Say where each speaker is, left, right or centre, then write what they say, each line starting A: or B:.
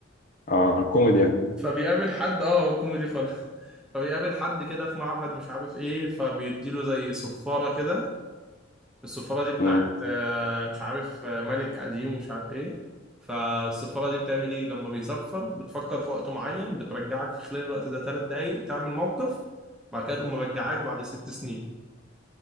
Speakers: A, on the left (about 45°); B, in the centre.
A: اه كوميدي يعني
B: فبيقابل حد اه هو كوميدي خالص فبيقابل حد كده في معبد مش عارف ايه فبيديله زي صفارة كده الصفارة دي بتاعت
A: امم
B: آه، مش عارف آه، ملك قديم ومش عارف ايه فالصفارة دي بتعمل ايه لما بيصفر بتفكر في وقت معين بترجعك في خلال الوقت ده ثلاث دقايق تعمل موقف بعد كده تقوم مرجعاك بعد ست سنين